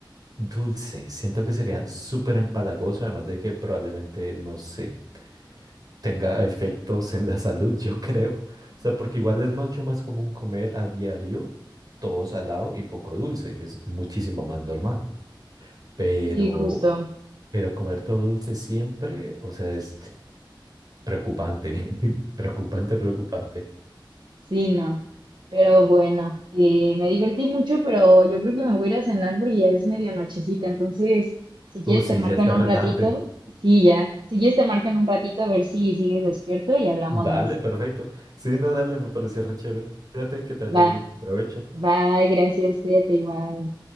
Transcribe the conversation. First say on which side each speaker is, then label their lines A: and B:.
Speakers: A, on the right (about 50°); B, on the right (about 65°).
A: dulce, siento que sería súper empalagoso, además de que probablemente, no sé, tenga efectos en la salud, yo creo. O sea, porque igual es mucho más común comer a diario todo salado y poco dulce, es muchísimo más normal. Pero,
B: sí, justo.
A: pero comer todo dulce siempre, o sea, es preocupante, <laughs> preocupante, preocupante.
B: Sí, no. Pero bueno, eh, me divertí mucho, pero yo creo que me voy a ir a cenar porque ya es medio nochecita. Entonces, si quieres
A: Oh, sí,
B: te marco
A: ya está
B: en un
A: retarde.
B: ratito. Sí, ya. Si quieres te marco en un ratito a ver si sigues despierto y hablamos
A: Dale,
B: más.
A: perfecto. Sí, no, dale, me pareció re chévere. Cuídate, que te
B: Va.
A: vaya bien. Provecho.
B: Bye, gracias. Cuídate igual.